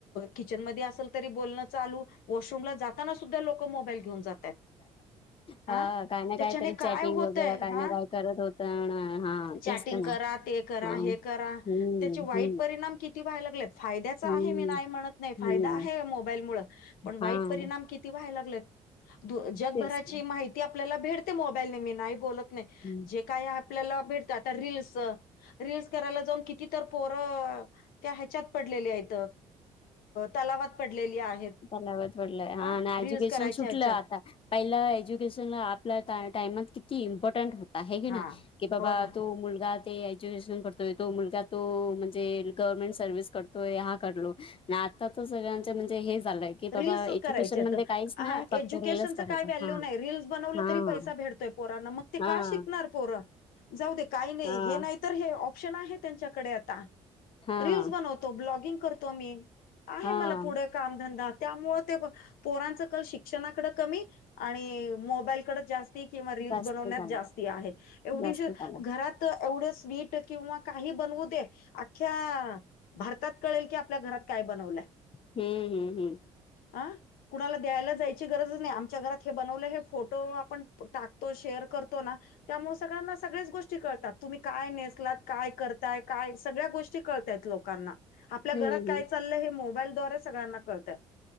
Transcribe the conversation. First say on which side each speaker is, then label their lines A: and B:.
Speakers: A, on the left (about 65°); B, on the left (about 35°).
A: किचन म असेल तरी बोलण चालू वॉशरूमला जाताना सुद्धा लोक मोईल घेऊ घेऊन जातात
B: हां,
A: हा
B: काय ना
A: त्याच्याने
B: कायतरी चॅटिंग
A: काय होतय
B: वगैरे काय
A: हा.
B: ना काय करत होता ना हां
A: चॅटिंग
B: तेच तर ना.
A: करा ते करा
B: हां.
A: हे करा
B: हम्म,
A: त्याचे वाईट
B: हम्म,
A: परिणाम किती ती व्हाय लागलेत फायदाच
B: हम्म,
A: आहे मी नाहि म्हणत नाही
B: हम्म.
A: फायदा आहे या मोबाईलमूल पण वाईट
B: हां,
A: परिणाम किती व्हाय लागलेत जगभराची
B: तेच.
A: माहिती आपल्याला भेटते मोबाईल न मी नाही बोलत नाही.
B: हम्म
A: जे काय आपल्याला भेटत आ रील रीलस करायला जाऊन किती तर पोरं त्या ह्याच्यात पडलेली आहेत तलावात पडलेली आहेत.
B: लावत पडलंय हा
A: अ
B: आणि एज्युकेशन
A: रील्स करायच्या
B: सुटलं
A: ह्याच्यात
B: आता. पहिला एज्युकेशन आपल्या टाइमात किती इम्पॉर्टंट होत आहे घे ना
A: हा
B: की बाबा
A: हो ना
B: तू मुलगा ते एज्युकेशन करतोय तो मुलगा तो म्हणजे गव्हर्नमेंट सर्व्हिस करतोय हा करलो ना आता तर सगळ्यांच म्हणजे हे झालंय. की
A: रीलल्स
B: बाबा एज्युकेशन
A: करायचे
B: मध्ये
A: तर
B: काहीच
A: हा
B: नाही फक्त
A: एज्युकेशनचं
B: रीलच करायचं
A: काय व्हॅल्यू
B: हा
A: नाही रीलस बनवलं
B: हा
A: तरी पैसा भेडतोय पोरांना मग. ते का
B: हा
A: शिकणार पोर, जाऊ दे काही नाही
B: हा
A: हे नाही तर हे ऑप्शन आहे त्यांच्याकडे आता.
B: हा
A: रीलल्स बनवतो मी ब्लॉगिंग करतो मी आहे
B: हा
A: मला पुढे कामधंदा. त्यामुळे ते पोरांच कल शिक्षणाकडे कमी आणि मोबाईलकडे जास ते किंवा रील
B: जास्त
A: बनवण्यात
B: झाला
A: जा आहे एवढीशि
B: जास्त झाला
A: घरात. एवढं स्वीट किंवा काही बनवू दे अख्ख्या भारतात कळेल, की आपल्या घरात काय बनवलंय.
B: हम्म हम्म हम्म.
A: ह कुणाला द्यायला जायची गरजच नाही आमच्या घरात हे बनवलं हे फोटो आपण टाकतो शेअर करतो ना त्यामुळे सगळ्यांना सगळेच गोष्टी कळतात. तुम्ही काय नेसलात काय करताय काय सगळ्या गोष्टी. ची कलतायेत लोकांना आपल्या घरात
B: हम्म हम्म
A: काय
B: हम्म
A: चाललंय हे मोबाईल दवारे सगळ्यांना कळतायत.